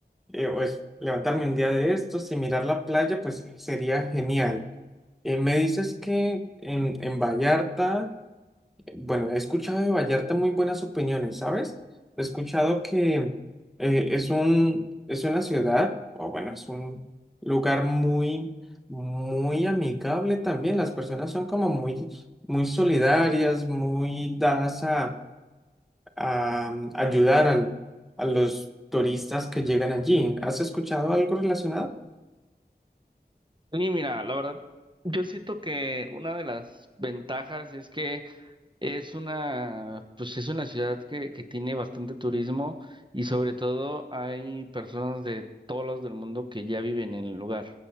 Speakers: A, in the centre; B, on the right (about 25°).
A: eh, pues, levantarme un día de estos y mirar la playa, pues sería genial. Eh, me dices que en, en Vallarta bueno, he escuchado de Vallarta muy buenas opiniones, ¿sabes? He escuchado que eh, es un, es una ciudad, o bueno, es un lugar muy, muy amigable también. Las personas son como muy, muy solidarias, muy dadas a, a ayudar al- a los turistas que llegan allí. ¿Has escuchado algo relacionado?
B: Y mira, la verdad, yo siento que una de las ventajas es que Es una, pues es una ciudad que, que tiene bastante turismo y sobre todo hay personas de todos lados del mundo que ya viven en el lugar.